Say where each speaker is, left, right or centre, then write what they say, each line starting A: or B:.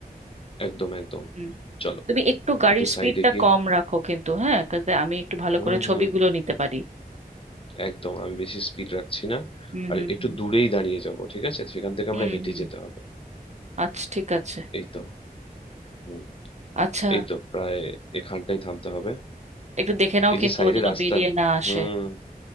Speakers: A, on the left; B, on the right.
A: একদম একদম
B: হুম।
A: চলো
B: তুমি একটু গাড়ির
A: একটু
B: স্পিডটা
A: সাইডে গিয়ে
B: কম রাখো কিন্তু হ্যাঁ যাতে আমি একটু ভালো
A: হুম
B: করে ছবিগুলো
A: হুম
B: নিতে পারি
A: একদম আমি বেশি স্পিড রাখছি না
B: হুম
A: আর
B: হুম
A: একটু
B: হুম
A: দূরেই দাঁড়িয়ে যাব ঠিক আছে সেখান থেকে
B: হুম
A: আমরা হেঁটে
B: হুম
A: যেতে হবে
B: আচ্ছা ঠিক আছে
A: এই তো হুম
B: আচ্ছা
A: এই তো প্রায় এখানটাই থামতে হবে
B: একটু দেখে নাও
A: এই
B: কিন্তু
A: যে সাইডে
B: ও যেন
A: রাস্তা
B: বেরিয়ে না আসে
A: হুম